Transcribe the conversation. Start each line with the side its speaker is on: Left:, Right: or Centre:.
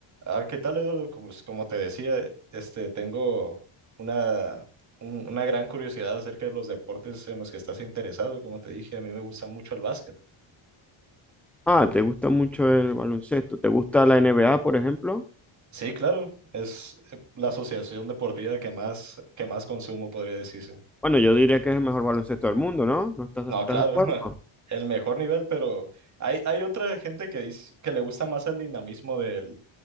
Right: Ah, ¿qué tal, Eduardo? Como, como te decía, este, tengo una, un- una gran curiosidad acerca de los deportes en los que estás interesado. Como te dije, a mí me gusta mucho el básquet.
Centre: Ah, ¿te gusta mucho el baloncesto? ¿Te gusta la NBA, por ejemplo?
Right: Sí, claro, es eh, la asociación deportiva que más, que más consumo, podría decirse.
Centre: Bueno, yo diría que es el mejor baloncesto del mundo, ¿no? ¿No estás,
Right: No,
Centre: estás
Right: claro,
Centre: de acuerdo?
Right: <laughs> el mejor nivel, pero hay, hay otra gente que dice que le gusta más el dinamismo del,